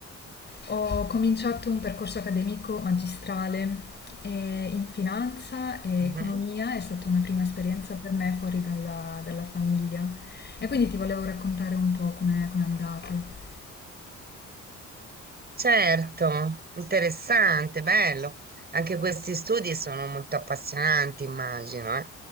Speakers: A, on the left; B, on the right.
A: ho cominciato un percorso accademico magistrale eh, in finanza e
B: Mhm.
A: economia, è stata una prima esperienza per me fuori dalla, dalla famiglia. E quindi ti volevo raccontare un po' com'è com'è andato.
B: Certo, interessante, bello. Anche questi studi sono molto appassionanti, immagino, eh.